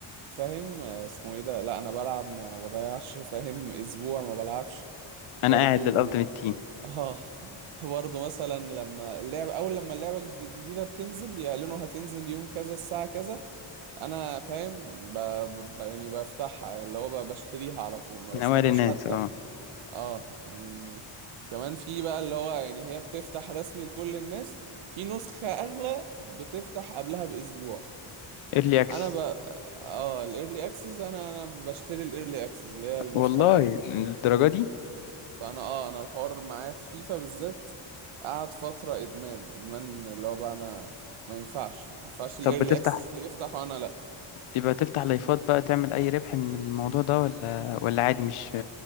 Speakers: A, on the right; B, on the left.
A: فاهم آه، اسمه ايه ده لا انا بلعب ما بضيعش فاهم اسبوع ما بلعبش برضو
B: انا قاعد للالتيميت تيم
A: اه <laughs> برضو مثلا لما اللعب اول لما اللعبه الجدي- الجديده بتنزل يعلنوا هتنزل يوم كذا الساعه كذا انا فاهم ب... ب... يعني بفتحها اللي هو ب- بشتريها على طول ما
B: من
A: بستناش
B: اوائل الناس
A: حتى
B: اه
A: اه يعني كمان في بقى اللي هو يعني هي بتفتح رسمي لكل الناس في نسخة اغلى بتفتح قبلها باسبوع
B: ايرلي اكسس
A: انا ب... اه الايرلي اكسس انا انا بشتري الايرلي اكسس اللي هي النسخة
B: والله
A: الالتيميت
B: للدرجة دي
A: فانا اه انا الحوار معايا في فيفا بالذات قعد فترة ادمان ادمان اللي هو بقى انا ما ينفعش ما ينفعش الايرلي
B: طب بتفتح
A: اكسس يفتح وانا لا
B: يبقى تفتح لايفات بقى تعمل اي ربح من الموضوع ده ولا ولا عادي مش